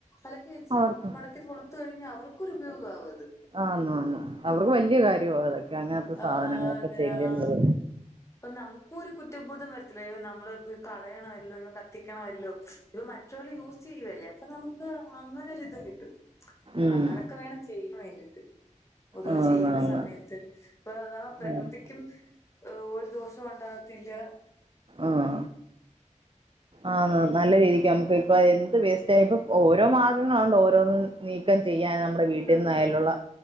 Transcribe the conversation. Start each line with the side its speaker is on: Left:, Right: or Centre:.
Left: അലക്കി വെച്ച്
Right: അവർക്ക്
Left: മടക്കിത് കൊടുത്തു കഴിഞ്ഞാൽ അവർക്കൊരു ഉപയോഗ ആവു അത്
Right: ആഹ് ന്ന് അന്ന് അവർക്ക് വലിയ കാര്യമാ അതൊക്കെ അങ്ങൻത്തെ സാധനങ്ങളൊക്കെ
Left: ആ അതെ
Right: ചെല്ലുന്നത്
Left: ആ അപ്പൊ നമുക്കും ഒരു കുറ്റബോധം വരത്തില്ല അയ്യോ നമ്മള് കളയണമല്ലോ <unintelligible> കത്തിക്കണമല്ലോ ഇവ മറ്റ പെട്രോൾ യൂസ് ചെയ്യുവല്ലേ അപ്പൊ നമുക്ക് അങ്ങനൊരിതും കിട്ടും
Right: ഉം
Left: അങ്ങനെയൊക്കെ വേണം ചെയ്യാൻ വേണ്ടീട്ട് പൊതുവേ
Right: ആന്ന്
Left: ചെയ്യുന്ന
Right: ആന്ന്
Left: സമയത്ത് അപ്പൊ അതാ പ്രകൃതിക്കും
Right: ആഹ്
Left: ഒരു ദോഷം ഉണ്ടകത്തില്ല
Right: ആഹ് ആഹ് നല്ല രീതിക്ക് നമുക്ക് ഇപ്പ എന്ത് വേസ്റ്റ് ചെയ്യ ഇപ്പ ഓരോ മാർഗങ്ങള്ണ്ട് ഓരോന്നിനും നീക്കം ചെയ്യാൻ നമ്മുടെ വീട്ടിൽ
Left: ഉം
Right: നിന്നായാലുള്ള